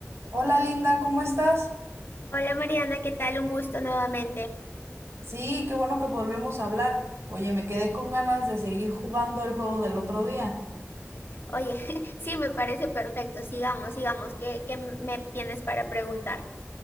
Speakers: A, on the right (about 65°); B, on the left (about 50°).
A: Hola Linda, ¿cómo estás?
B: Hola Mariana, ¿qué tal? Un gusto nuevamente.
A: Sí, qué bueno que volvemos a hablar. Oye, me quedé con ganas de seguir jugando el juego del otro día.
B: Oye, <laughs> sí, me parece perfecto. Sigamos, sigamos. ¿Qué, qué me tienes para preguntar?